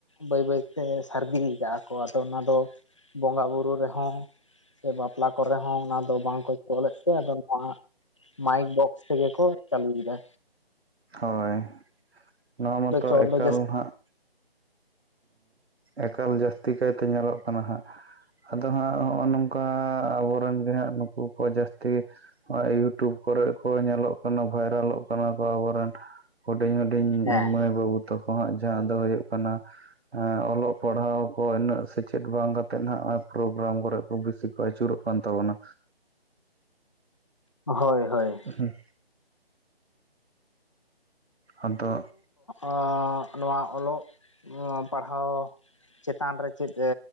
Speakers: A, on the left; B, on the right.
A: ᱵᱟᱹᱭ ᱵᱟᱹᱭᱛᱮ ᱥᱟᱨᱫᱤᱭ ᱠᱟᱜ-ᱟ ᱠᱚ ᱟᱫᱚ ᱚᱱᱟ ᱫᱚ ᱵᱚᱸᱜᱟ ᱵᱩᱨᱩ ᱨᱮᱦᱚᱸ ᱥᱮ ᱵᱟᱯᱞᱟ ᱠᱚᱨᱮ ᱦᱚᱸ ᱚᱱᱟ ᱫᱚ ᱵᱟᱝ ᱠᱚ ᱛᱚᱞᱮᱫ ᱛᱮ ᱟᱫᱚ ᱱᱚᱣᱟ ᱢᱟᱭᱤᱠ ᱵᱚᱠᱥ ᱛᱮᱜᱮ ᱠᱚ ᱪᱟᱹᱞᱩᱭ ᱮᱫᱟ᱾
B: ᱦᱳᱭ ᱱᱚᱣᱟ ᱢᱟᱛᱚ
A: ᱟᱫᱚ ᱪᱚᱞ
B: ᱮᱠᱟᱞ
A: ᱫᱚ ᱡᱟᱹᱥᱛᱤ
B: ᱦᱟᱸᱜ ᱮᱠᱟᱞ ᱡᱟᱹᱥᱛᱤ ᱠᱟᱭᱛᱮ ᱧᱮᱞᱚᱜ ᱠᱟᱱᱟ ᱦᱟᱸᱜ ᱟᱫᱚ ᱦᱟᱸᱜ ᱦᱚᱜ-ᱚ ᱱᱚᱝᱠᱟ ᱟᱵᱚᱨᱮᱱ ᱜᱮ ᱦᱟᱸᱜ ᱱᱩᱠᱩ ᱠᱚ ᱡᱟᱹᱥᱛᱤ ᱜᱮ ᱦᱚᱜ-ᱚᱭ ᱤᱭᱩᱴᱩᱵᱽ ᱠᱚᱨᱮᱫ ᱠᱚ ᱧᱮᱞᱚᱜ ᱠᱟᱱᱟ ᱵᱷᱟᱭᱨᱟᱞᱚᱜ ᱠᱟᱱᱟ ᱠᱚ ᱟᱵᱚᱨᱮᱱ ᱦᱩᱰᱤᱧ ᱦᱩᱰᱤᱧ
A: ᱦᱮᱸ
B: ᱢᱟᱹᱭ ᱵᱟᱹᱵᱩ ᱛᱟᱠᱚ ᱦᱟᱸᱜ ᱡᱟᱦᱟᱸ ᱫᱚ ᱦᱳᱭᱳᱜ ᱠᱟᱱᱟ ᱚᱞᱚᱜ ᱯᱟᱲᱦᱟᱣ ᱠᱚ ᱤᱱᱟᱹᱜ ᱥᱮᱪᱮᱫ ᱵᱟᱝ ᱠᱟᱛᱮ ᱱᱟᱦᱟᱜ ᱚᱱᱟ ᱯᱨᱳᱜᱨᱟᱢ ᱠᱚᱨᱮ ᱠᱚ ᱵᱤᱥᱤ ᱠᱚ ᱟᱹᱪᱩᱨᱚᱜ ᱠᱟᱱ ᱛᱟᱵᱚᱱᱟ᱾
A: ᱦᱳᱭ ᱦᱳᱭ,
B: ᱦᱩᱸ ᱟᱫᱚ
A: <inaudible> ᱱᱚᱣᱟ ᱚᱞᱚᱜ ᱱᱚᱣᱟ ᱯᱟᱲᱦᱟᱣ ᱪᱮᱛᱟᱱ ᱨᱮ ᱪᱮᱫ